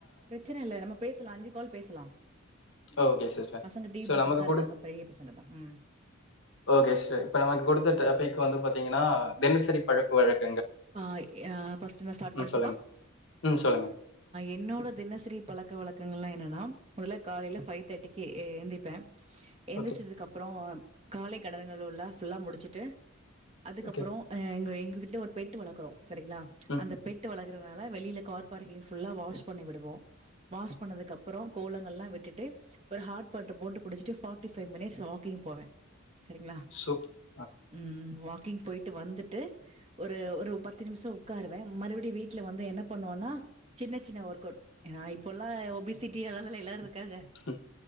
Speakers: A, on the right; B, on the left.
A: பிரச்சன இல்ல நம்ம பேசலாம் அஞ்சு கால் பேசலாம்
B: ஓகே சிஸ்டர்
A: பசங்க டிவி
B: ஸோ
A: பாத்துட்டுதான்
B: நமக்கு கொடு
A: இருக்காங்க பெரிய பசங்க தான் ம்
B: ஓகே சிஸ்டர் இப்போ நமக்கு கொடுத்த டாபிக் வந்து பாத்தீங்கன்னா தினசரி பழக்கு வழக்கு
A: ஆ ஃபர்ஸ்ட் நான் ஸ்டார்ட்
B: ம்
A: பண்ணட்டுமா
B: சொல்லுங்க ம் சொல்லுங்க
A: என்னோட தினசரி பழக்க வழக்கங்கள்லாம் என்னன்னா முதல காலையில பைவ் தேர்ட்டிக்கு எந்திப்பே எழுந்திரிச்சதுக்கு
B: ஓகே
A: அப்புறம் காளைக்கு கடனுங்களுள்ள ஃபுல்லாக முடிச்சுட்டு அதுக்கப்புறம்
B: ஓகே
A: அ எங்க எங்க விட்ல ஒர்ப் பெட்டு வளர்க்கறோம் சரிங்களா
B: ம்
A: அந்த பெட்டு வளர்க்கற வெளியில கார் பார்க்கிங் ஃபுல்லா வாஷ் பண்ணி விடுவோம் வாஷ் பண்ணதுக்கு அப்புறம் கோலங்கல்லாம் விட்டுட்டு ஒரு ஹாட் வாட்டர் போட்டு குடிச்சிட்டு ஒரு ஃபார்டி ஃபைவ் மினிட்ஸ் வாக்கிங் போவே சரிங்களா
B: சூப் ஆ
A: ம் வாக் வாக்கிங் போய்ட்டு வந்துட்டு ஒரு ஒரு பத்து நிமிஷம் உட்காருவேன் மறுபடியும் வீட்ல வந்து என்ன பண்ணுவன்னா சின்ன சின்ன ஒர்க் அவுட் அ இப்போ எல்லாம் ஒபிசிட்டி எல்லாலா எல்லாரும் காக
B: ம்